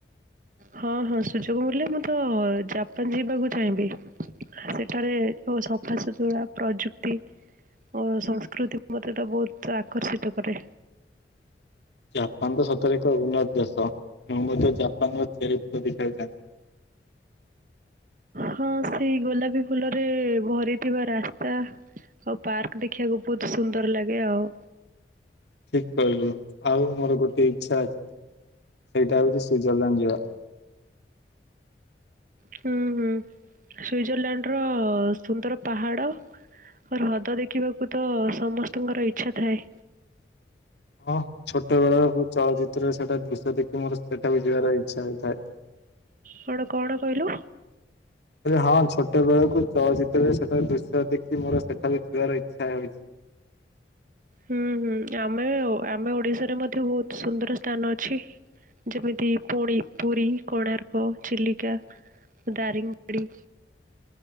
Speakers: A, on the right; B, on the left.
A: ହଁ ହଁ ସୁଯୋଗ ମିଳିଲେ ମୁଁ ତ ଜାପାନ୍ ଯିବାକୁ ଚାହିଁବି। ସେଠାରେ ସବୁ ସଫାସୁତୁରା ପ୍ରଯୁକ୍ତି ଓ ସଂସ୍କୃତିକୁ ମୋତେ ତ ବହୁତ୍ ଆକର୍ଷିତ କରେ।
B: ଜାପାନ୍ ତ ସତରେ ଏକ ଉନ୍ନତ ଦେଶ ମୁଁ ମଧ୍ୟ ଜାପାନ୍ ର ଚେରି ଫୁଲ ଦେଖିବାକୁ ଚାହେଁ।
A: ହଁ ସେଇ ଗୋଲାପୀ ଫୁଲରେ ଭରିଥିବା ରାସ୍ତା ଆଉ ପାର୍କ ଦେଖିବାକୁ ବହୁତ୍ ସୁନ୍ଦର ଲାଗେ ଆଉ।
B: ଠିକ୍ କହିଲୁ ଆଉ ମୋର ଗୋଟେ ଇଚ୍ଛା ଅଛି ସେଇଟା ହଉଛି ସୁଇଜରଲ୍ୟାଣ୍ଡ ଯିବା।
A: ହୁଁ ହୁଁ ସୁଇଜରଲ୍ୟାଣ୍ଡ ର ସୁନ୍ଦର ପାହାଡ଼ ହ୍ରଦ ଦେଖିବାକୁ ତ ସମସ୍ତଙ୍କର ଇଚ୍ଛା ଥାଏ।
B: ହଁ ଛୋଟ ବେଳକୁ ଚଳଚିତ୍ରରେ ସେଟା ଦୃଶ୍ୟ ଦେଖି ମୋର ସେଇଟା ବି ଯିବାର ଇଚ୍ଛା ହେଇଥାଏ।
A: କଣ କଣ କହିଲୁ?
B: ହଁ ଛୋଟ ବେଳକୁ ଚଳଚିତ୍ରରେ ସେଠାରେ ଦୃଶ୍ୟ ଦେଖି ମୋର ସେଠା ବି ଯିବାର ଇଚ୍ଛା ହେଉଛି।
A: ହୁଁ ହୁଁ ଆମେ ଆମେ ଓଡିଶାରେ ମଧ୍ୟ ବହୁତ ସୁନ୍ଦର ସ୍ଥାନ ଅଛି। ଯେମିତି ପୁଣି ପୁରୀ କୋଣାର୍କ ଚିଲିକା ଦାରିଙ୍ଗବାଡି।